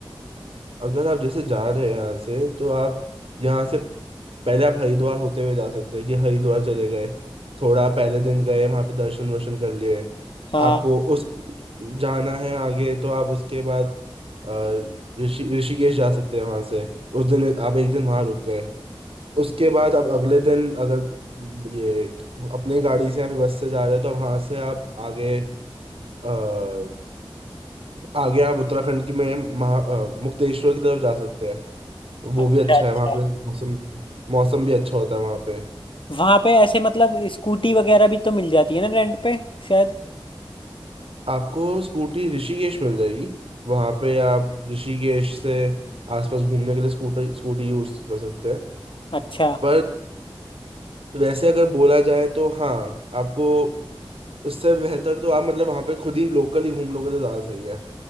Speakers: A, on the right (about 85°); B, on the left (about 65°).
A: अगर आप जैसे जा रहे हैं यहाँ से तो आप यहाँ से पहले आप हरिद्वार होते हुए जा सकते हैं कि हरिद्वार चले गए थोड़ा पहले दिन गए वहाँ पे दर्शन वर्शन कर लिए
B: हाँ
A: आपको उस जाना है आगे तो आप उसके बाद अ, ऋषि ऋषिकेश जा सकते हैं वहाँ से उस दिन आप एक दिन वहाँ रुक गए उसके बाद आप अगले दिन अगर ये अपनी गाड़ी से या फिर बस से जा रहे हैं तो वहाँ से आप आगे अ, आगे आप उत्तराखंड की में महा अ, मुक्तेश्वर की तरफ जा सकते हैं वो
B: अच्छा
A: भी अच्छा
B: अच्छा
A: है वहाँ पे मौसम मौसम भी अच्छा होता है वहाँ पे
B: वहां पे ऐसे मतलब स्कूटी वगैरह भी तो मिल जाती है ना रेंट पे शायद
A: आपको स्कूटी ऋषिकेश मिल जाएगी वहाँ पे आप ऋषिकेश से आसपास घूमने के लिए स्कूटर स्कूटी यूज कर सकते हैं
B: अच्छा
A: पर वैसे अगर बोला जाए तो हाँ आपको इससे बेहतर तो आप मतलब वहाँ पे खुद ही लोकल ही घूम लोगे तो ज़्यादा सही है